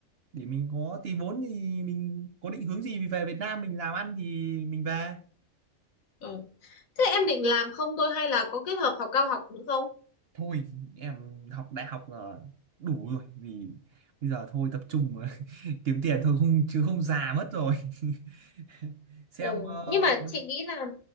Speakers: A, on the right; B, on the left.
A: để mình có tí vốn thì mình có định hướng gì về Việt Nam mình làm ăn thì mình về
B: Ừ. Thế em định làm không thôi hay là có kết hợp học cao học nữa không?
A: thôi em học đại học là đủ rồi vì bây giờ thôi tập trung mà <laughs> kiếm tiền thôi không chứ không già mất rồi <laughs> xem
B: Ừ.
A: ờ,
B: Nhưng mà
A: vâng
B: chị nghĩ là